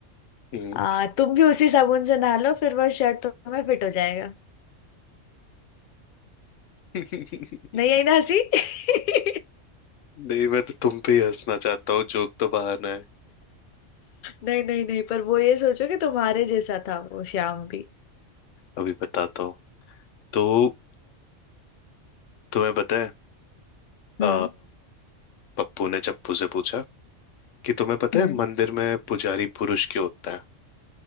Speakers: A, on the left (about 80°); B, on the left (about 60°).
A: हम्म।
B: आ, तुम भी उसी साबुन से नहा लो फिर वह शर्ट तुम्हें फिट हो जाएगा
A: <laughs>
B: नहीं आई ना हंसी <laughs>
A: नहीं मैं तो तुम पे ही हंसना चाहता हूँ जोक तो बहाना है
B: नहीं नहीं नहीं पर वो ये सोचो कि तुम्हारे जैसा था वो श्याम भी
A: अभी बताता हूँ तो तुम्हें पता है
B: हम्म
A: आ, पप्पू ने चप्पू से पूछा कि तुम्हें पता
B: हम्म
A: है मंदिर में पुजारी पुरुष क्यों होता है